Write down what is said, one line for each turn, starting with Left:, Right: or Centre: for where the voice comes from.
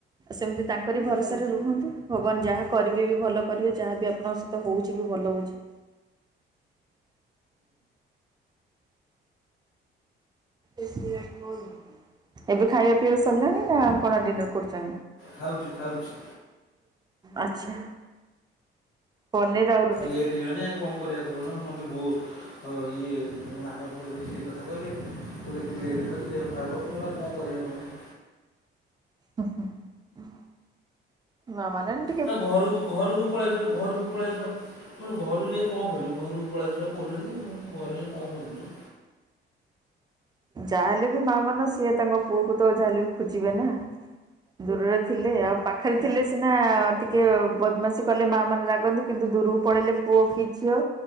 Right: ସେମିତି ତାଙ୍କରି ଭରସାରେ ରୁହନ୍ତୁ ଭଗବାନ ଯାହା କରିବେ ବି ଭଲ କରିବେ ଯାହାବି ଆପଣ ହଉଚି ବି ଭଲ ହଉଚି। ଏ ଥିରେ କଁ ଏବେ ଖାଇବା ପିଇବା ସରିଲାଣି ନା କଣ ଡିନର କରୁଚ?
Left: ଖାଉଚୁ ଖାଉଚି।
Right: ଆଚ୍ଛା ପନିର ଆ
Left: ଲେଟ୍ ହେଇଗଲାନି ଆଉ କଁଅ କରିବା କହୁନ ମତେ ବହୁତ ଅ ଇଏ ମାମା ଫୋନ୍ କରିକି ସେଇ କଥା କହିଲେ କଇଲେ ଏତେ ଲେଟରେ ଖାଉଚୁ ଦେହ ଖରାପ ହେବ ମୁଁ କଇଲି ଆଉ କଣ କରିବା କୁହନି।
Right: ହୁଁ ହୁଁ ମା ମାନାନି
Left: ନା ଘରୁକୁ ଘରୁକୁ ପଳେଇ ଆସିବ ଘରୁକୁ। ପଳେଇଆସ ମୁଁ କଇଲି ଘରୁକୁ ଯାଇ କଁ କରିବି ଘରକୁ ପଳେଇଆସ କହୁଚନ୍ତି ମୁଁ ଘରେ ଯାଇ କଁ କରିବି।
Right: ଯାହା ହେଲେ ବି ମା ମନ ସିଏ ତାଙ୍କ ପୁଅକୁ ତ ଯାହେଲେ ବି ଖୋଜିବେ ନା। ଦୂରରେ ଥିଲେ ଆଉ ପାଖରେ ଥିଲେ ସିନା ଟିକେ ବଦମାସି କଲେ ମା ମାନେ ରାଗନ୍ତି। କିନ୍ତୁ ଦୂରୁକୁ ପଳେଇଲେ ପୁଅ କି ଝିଅ